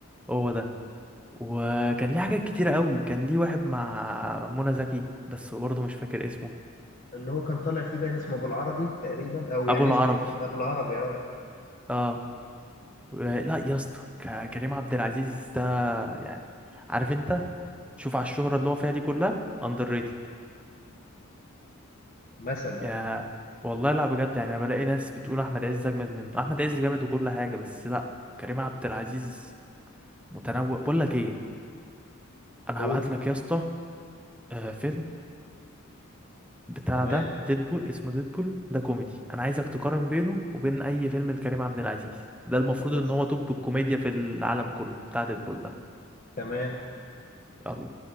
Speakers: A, in the centre; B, on the left.
A: هو ده وكان ليه حاجات كتيرة قوي كان ليه واحد مع منى زكي بس برضه مش فاكر اسمه
B: اللي هو كان طالع فيه باين اسمه ابو العربي تقريبا او
A: ابو
B: يعني
A: العربي
B: اسم الف... ابو العربي اه
A: اه و- لا يا اسطى ك- كريم عبد العزيز ده يعني عارف انت شوف على الشهرة اللي هو فيها دي كلها اندر ريتد
B: مثلا
A: يا والله لا بجد يعني انا بلاقي ناس بتقول احمد عز اجمد منه احمد عز جامد وكل حاجة بس لا كريم عبد العزيز متنوع بقول لك ايه انا
B: قول
A: هبعت لك يا اسطى آه، فيلم بتاع
B: تمام
A: ده ديدبول اسمه ديدبول ده كوميدي انا عايزك تقارن بينه وبين اي فيلم لكريم عبد العزيز ده المفروض
B: خلاص
A: ان هو توب الكوميديا في العالم كله بتاع ديدبول ده
B: تمام
A: يلا